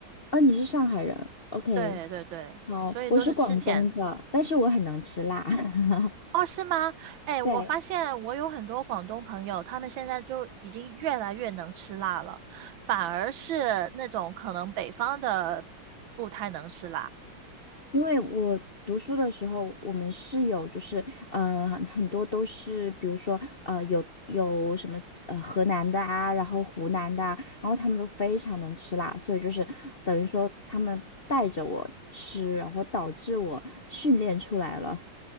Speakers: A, on the left; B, on the right.
A: 呃，你是上海人，OK，
B: 对对对，
A: 好，
B: 所以都是吃甜。
A: 我是广东的，但是我很能吃辣。<laughs>
B: 哦，是吗？哎，
A: 对，
B: 我发现我有很多广东朋友，他们现在就已经越来越能吃辣了，反而是那种可能北方的不太能吃辣。
A: 因为我读书的时候，我们室友就是呃很多都是，比如说呃有有什么呃河南的啊，然后湖南的啊，然后他们都非常能吃辣，所以就是等于说他们带着我吃，然后导致我训练出来了。